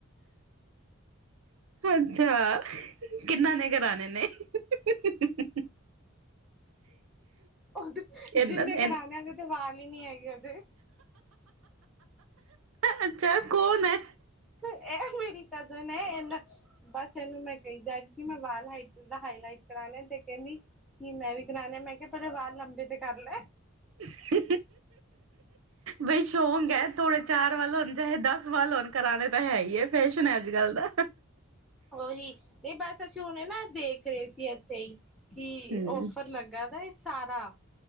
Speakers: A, on the right (about 75°); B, in the centre.
A: ਅੱਛਾ ਕਿੰਨਾ ਨੇ ਕਰਾਨੇ ਨੇ? <inaudible>
B: ਓਦੇ
A: ਇਹਨਾਂ
B: ਜਿਨੇ ਕਰਾਨੇ
A: ਇਨ
B: ਐ ਓਦੇ ਤੇ ਵਾਲ ਈ ਨੀ ਹੈਗੇ ਜੇ।
A: ਅੱਛਾ ਕੋਨ ਐ
B: ਐ ਮੇਰੀ ਕਜ਼ਨ ਐ, ਏਨਾਂ ਬਸ ਏਨੂੰ ਮੈਂ ਕਈ ਜਾਰੀ ਕੇ ਮੈ ਵਾਲ ਹਾਈ ਦਾ ਹਾਈਲਾਈਟ ਕਰਾਨੇ ਐ ਤੇ ਕੈੰਦੀ ਕੀ ਮੈਂ ਵੀ ਕਰਾਨੇ ਐਂ ਮੈਂ ਕਿਆ ਪੈਲੇ ਵਾਲ ਲੰਬੇ ਤੇ ਕਰ ਲੈ।
A: <inaudible> ਬਈ ਸ਼ੌਕ ਐ ਥੋੜੇ ਚਾਰ ਵਾਲ ਹੋਨ ਚਾਹੇ ਦਸ ਵਾਲ ਹੋਨ ਕਰਾਨੇ ਤਾਂ ਹੈ ਈ ਐ ਫੈਸ਼ਨ ਐ ਅੱਜ-ਕੱਲ ਦਾ।
B: ਓਹੀ ਏ ਬਸ ਅਸੀਂ ਹੁਨੇ ਨਾ ਦੇਖ ਰਏ ਸੀ ਏਥੇ ਈ। ਕੀ
A: ਹਮ
B: ਔਫਰ ਲੱਗਾ ਦਾ ਏ ਸਾਰਾ?